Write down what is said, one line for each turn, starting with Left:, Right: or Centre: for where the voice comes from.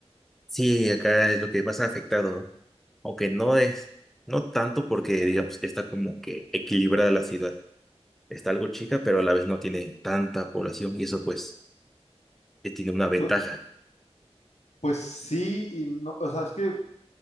Centre: Sí, acá es lo que más ha afectado, ¿no? aunque no es, no tanto porque, digamos, está como que equilibrada la ciudad. Está algo chica, pero a la vez no tiene tanta población y eso pues eh, tiene una ventaja.
Left: Pues,
Centre: <laughs>
Left: pues sí y no, o sea, es que